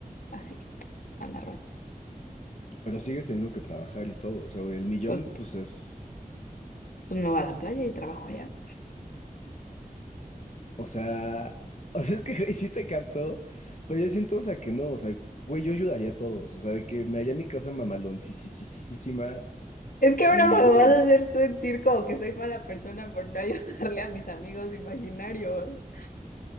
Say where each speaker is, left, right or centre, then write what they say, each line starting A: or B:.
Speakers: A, on the left (about 65°); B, on the left (about 50°).
A: así, a la roña.
B: Pero sigues teniendo que trabajar y todo. O sea, el millón,
A: Pues,
B: pues es.
A: pues me voy a la playa y trabajo allá.
B: O sea. <laughs> O sea, es que güey, sí te captó. Pero yo siento, o sea, que no. O sea, güey, yo ayudaría a todos. O sea, de que me haya mi casa mamalón, sí, sí, sí, sí, sí, sí, ma.
A: Es que ahora
B: Y,
A: me
B: güey,
A: vas a hacer sentir como que soy mala persona por no <laughs> ayudarle a mis amigos imaginarios.